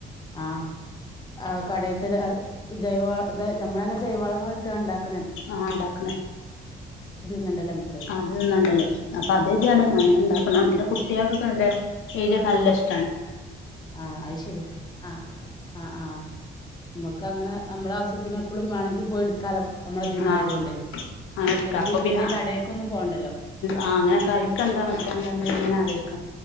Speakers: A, on the left; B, on the left.
A: ആ ആ കടയിത്ത് ജൈവ വ ഇത് ഞമ്മളന്നെ ജൈവളങ്ങളിട്ടാ ഇണ്ടാ -
B: ആ ഇണ്ടാക്കണ്
A: ഇത്ന്നണ്ടല്ലോ നമുക്ക്
B: അത് നല്ല അല്ലേ അപ്പൊ അത് തന്നെയാണ്
A: ആഹ്
B: അങ്ങനെ ഇണ്ടാക്കണം പിന്നെ കുട്ടികൾക്ക് ഒക്കെ നല്ലതല്ലേ കുട്ടികൾക്കൊക്കെല്ലേ ചീരയൊക്കെ നല്ല ഇഷ്ടമാണ്
A: ആ അയ്ശെരിയ ആഹ് ആഹ് അമ്മക്ക് അങ്ങനെ നമ്മളെ ആവശ്യത്തി പ്പോളും വേണെങ്കിപോയി എടുക്കാലോ നമ്മളെ ഇതിന്നായതുകൊണ്ട്
B: ആ അങ്ങനെ എടുക്കാം
A: എന്തും
B: അപ്പൊ
A: ഇല്ലെങ്കിൽ
B: പിന്നെ
A: കടേക്കൊന്നും പോണ്ടല്ലോ
B: ആ അങ്ങനെ കറിക്ക് എന്താ വെക്കണ്ടത് ഇങ്ങനെ ആലോചിക്കുവാ